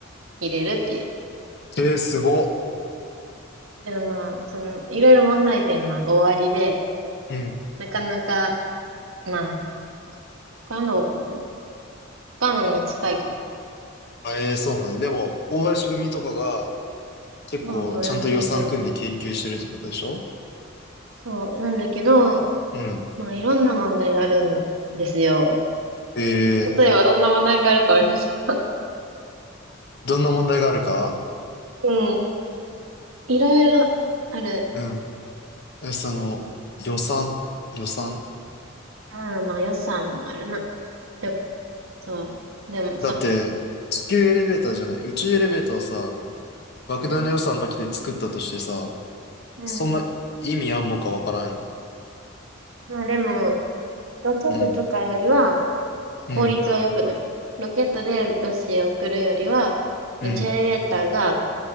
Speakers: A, on the right (about 85°); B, on the left (about 55°).
A: 入れるっていう。
B: えー、すご。
A: けどまあ、その、いろいろ問題点は大ありで、
B: うん。
A: なかなか、まあ、不可能、不可能に近いかも。
B: あ、えー、そうなんだ。でも、大林組とかが結構ちゃんと予算組んで研究してるってことでしょ
A: まあまあやってるけど。そう、なんだけど、
B: うん。
A: まあいろんな問題があるんですよ。
B: えー、
A: 例えばどんな話題があると思いました。
B: どんな問題があるか
A: <laughs> うん。いろいろある。
B: うん。え、その、予算、予算
A: ああ、まあ予算もあるな。でも、そう。でもさ、
B: だって、地球エレベーターじゃない、宇宙エレベーターをさ、莫大な予算かけて作ったとしてさ、
A: うん。うん。
B: そんな意味あんのかわからんよ。
A: まあでも、ロケットとかよりは
B: うん、
A: 効率は良くなる。
B: うん、
A: ロケットで物資を送るよりは、
B: うん、
A: 宇宙エレベーターが、